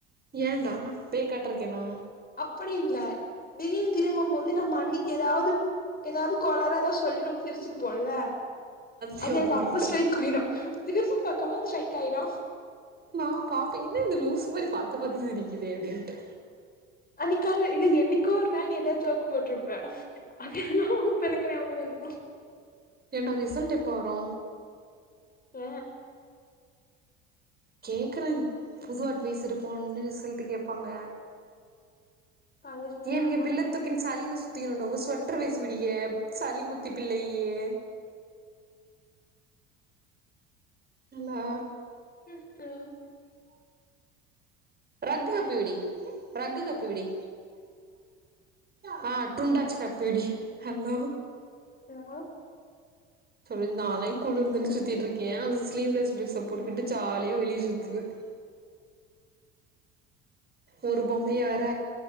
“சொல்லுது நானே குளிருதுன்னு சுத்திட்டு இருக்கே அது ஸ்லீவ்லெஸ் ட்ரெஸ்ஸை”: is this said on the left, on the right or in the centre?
Right